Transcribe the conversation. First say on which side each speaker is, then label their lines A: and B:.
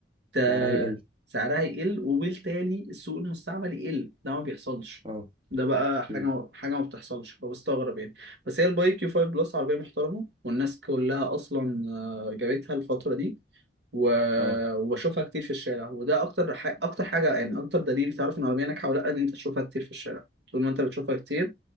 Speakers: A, on the right; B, on the right.
A: ت-
B: سعرها يقل
A: سعرها يقل وبالتالي السوق المستعمل يقل ده ما بيحصلش
B: اه
A: ده بقى حاجة
B: مم.
A: حاجة ما بتحصلش فبستغرب يعني بس هي الباي كيو 5 بلس عربية محترمة والناس كلها أصلا آه، جابتها الفترة دي و...
B: اه
A: وبشوفها كتير في الشارع وده أكتر ح... أكتر حاجة يعني أكتر دليل تعرف إن العربية ناجحة ولا لأ إن أنت تشوفها كتير في الشارع طول ما أنت بتشوفها كتير